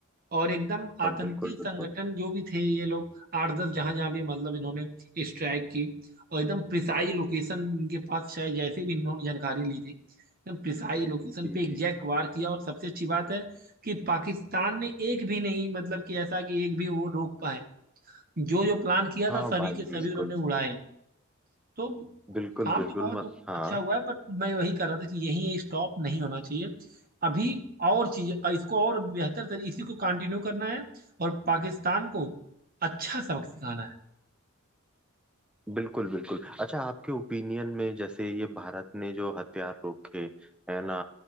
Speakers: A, on the right; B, in the centre.
A: और एकदम आतंकी
B: बिल्कुल बिल्कुल
A: संगठन जो भी थे ये लोग आठ दस जहां जहां भी मतलब इन्होंने स्ट्राइक की और एकदम प्रिसाई लोकेशन इनके पास शायद जैसे भी इन्होंने जानकारी ली थी एकदम प्रिसाई लोकेशन
B: जी
A: पे एग्जैक्ट
B: जी
A: वार किया और सबसे अच्छी बात है कि पाकिस्तान ने एक भी नहीं मतलब कि ऐसा कि एक भी वो रोक पाए जो जो प्लान किया
B: हाँ
A: था सभी
B: भाई
A: के सभी
B: बिल्कुल
A: उन्होंने उड़ाए तो
B: बिल्कुल
A: काम
B: बिल्कुल
A: तो बहुत
B: मत हाँ
A: अच्छा हुआ है बट मैं वही कर रहा था कि यही स्टॉप नहीं होना चाहिए अभी और चीज इसको और बेहतर तरीके इसी को कंटिन्यू करना है और पाकिस्तान को अच्छा सबक सिखाना है
B: बिल्कुल बिल्कुल अच्छा आपके ओपिनियन में जैसे ये भारत ने जो हथियार रोके है ना